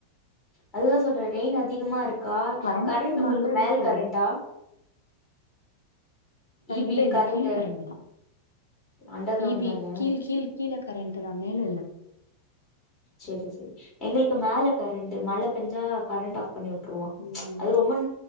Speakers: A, on the left; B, on the left.
A: அதுதா சொல்றேனே ரெயின் அதிகமா இருக் கா
B: கிளைமேட்
A: கரண்ட் உங்களுக்கு
B: நல்லா இருக்கு
A: மேல் கரண்டா இ பி
B: இல்ல இல்ல
A: கரண்ட்
B: கீழ் கரண்ட்டு தா
A: அண்டர்
B: ப
A: கிரவுண்ட்
B: பி
A: தான
B: கீழ் கீழ் கீழே கரண்ட்டு தா மேல இல்ல
A: செரி செரி எங்களுக்கு மேல கரண்ட் மழ பேஞ்சா கரண்ட் ஆஃப் பண்ணி வி ட்ருவா
B: ம்
A: ச் அது ரொம்ப